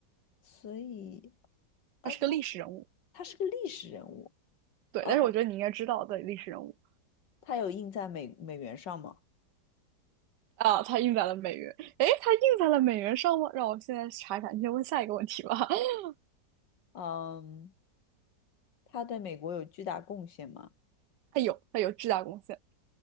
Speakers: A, on the left; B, on the right.
A: 所以，呃，
B: 他是个历史人物，
A: 他是他是个历史人物。
B: 对，
A: 呃，
B: 但是我觉得你应该知道的历史人物
A: 他有印在美美元上吗？
B: 啊，他印在了美元，诶，他印在了美元上吗？让我现在查一查，你先问下一个问题吧。<laughs>
A: 嗯，他对美国有巨大贡献吗？
B: 他有，他有巨大贡献，